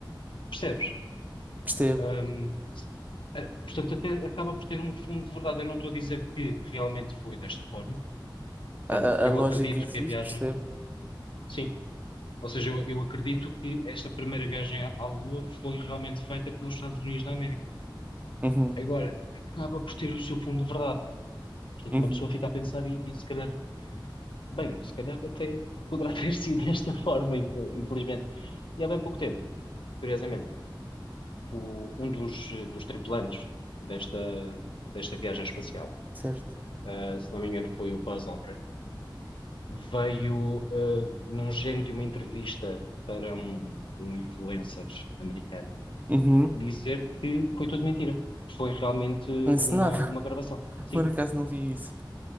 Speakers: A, on the left; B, on the right.
A: Percebes?
B: percebo.
A: Ahm, eh, Portanto, até acaba por ter um fundo de verdade. Eu não estou a dizer que realmente foi desta forma,
B: A,
A: Portanto, eu
B: a- a lógica
A: acredito
B: existe,
A: que a viagem,
B: percebo.
A: sim, ou seja, eu, eu acredito que esta primeira viagem à, à Lua foi realmente feita pelos Estados Unidos da América.
B: Uhum,
A: Agora, acaba por ter o seu fundo de verdade. Portanto,
B: uhum,
A: uma pessoa fica a pensar e, e se calhar, bem, se calhar até poderá <laughs> ter sido desta forma, eh, infelizmente. E há bem pouco tempo, curiosamente, o- um dos, eh, dos tripulantes desta, desta viagem espacial,
B: certo.
A: eh, se não me engano, foi o Buzz Aldrin. veio eh, num género de uma entrevista para um, um influencer americano
B: Uhum.
A: dizer que foi tudo mentira. Foi realmente
B: Encenada,
A: uma, uma gravação.
B: <laughs>
A: Sim,
B: por acaso não vi isso.